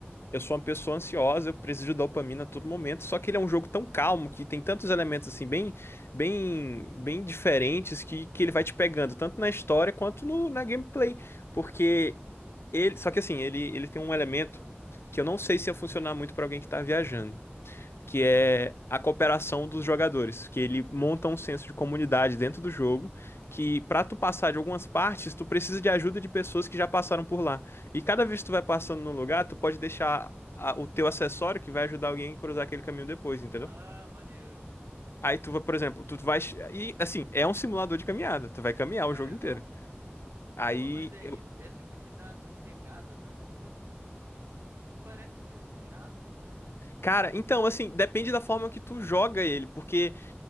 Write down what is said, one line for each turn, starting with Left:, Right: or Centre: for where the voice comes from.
Left: Eu sou uma pessoa ansiosa, eu preciso de dopamina a todo momento, só que ele é um jogo tão calmo que tem tantos elementos assim bem bem bem diferentes que, que ele vai te pegando tanto na história quanto no, na gameplay, porque ele, só que assim, ele ele tem um elemento que eu não sei se ia funcionar muito pra alguém que tá viajando que é a cooperação dos jogadores, que ele monta um senso de comunidade dentro do jogo, que pra tu passar de algumas partes, tu precisa de ajuda de pessoas que já passaram por lá. E cada vez que tu vai passando num lugar, tu pode deixar a- o teu acessório que vai ajudar alguém a cruzar aquele caminho depois, entendeu?
Right: Ah, maneiro.
Left: Aí tu vai, por exemplo, tu vai e assim, é um simulador de caminhada, tu vai caminhar
Right: É,
Left: o jogo inteiro.
Right: ah,
Left: Aí,
Right: Pô, mas é
Left: eu-
Right: isso, essa que me dá essa pegada, sabe? Porra, não parece ser tão chato.
Left: cara, então assim, depende da forma que tu joga ele, porque